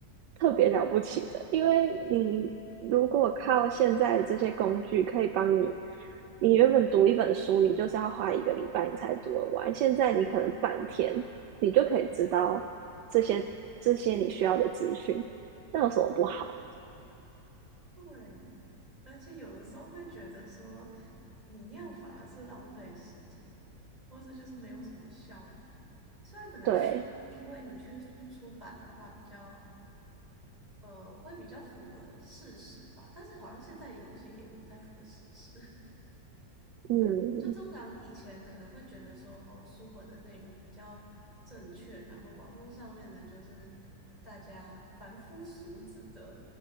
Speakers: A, on the right; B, on the right.
A: 特别了不起的，因为你如果靠现在这些工具可以帮你。你原本读一本书，你就是要花一个礼拜你才读得完，现在你可能半天，你就可以知道这些这些你需要的资讯，那有什么不好？
B: 对，而且有的时候会觉得说，你那样反而是浪费时间，或者就是没有什么效率。虽然可能书，
A: 对，
B: 因为你去出版的话，比较呃会比较符合事实吧，但是好像现在也有些也不太符合事实。
A: 嗯
B: <laughs> 就通常以前可能会觉得说，哦，书本的内容比较正确，然后网络上面的就是大家凡夫俗子的